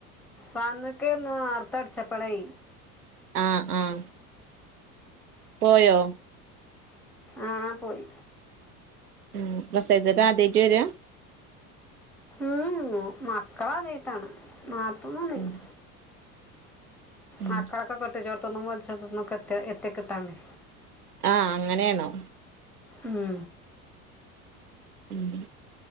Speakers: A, in the centre; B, on the right.
A: വന്ന്ക്ക് നേർത്തെ അടിച്ചപ്പളേ
B: ആഹ് ആഹ് പോയോ
A: ആഹ് പോയി
B: മ്മ് <unintelligible> ആദ്യമായിട്ട് വര്ആ
A: മ്മ് മക്കളാദ്യായിട്ടാണ് നാത്തുന് വന്നേക്കണ്
B: ഉം ഉം
A: മക്കളൊക്കെ കെട്ടിച്ചോടുത്തുന്നും <unintelligible> എത്തി കിട്ടാനേ
B: ആഹ് അങ്ങനെയാണോ
A: മ്മ്
B: മ്മ്